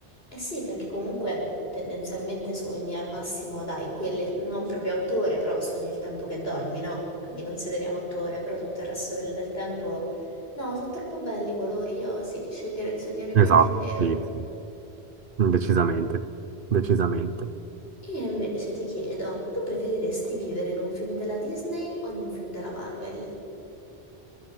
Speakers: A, on the left; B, on the right.
A: Eh sì, perché comunque tendenzialmente sogni al massimo, dai, quelle non proprio otto ore, però sogni il tempo che dormi, no? Quindi consideriamo otto ore, però tutto il resto del, del tempo... No, sono troppo belli i colori, io sì, sceglierei di sognare in
B: Esatto,
A: bianco e nero.
B: sì, sì, decisamente, decisamente.
A: Io invece ti chiedo, tu preferiresti vivere in un film della Disney o in un film della Marvel?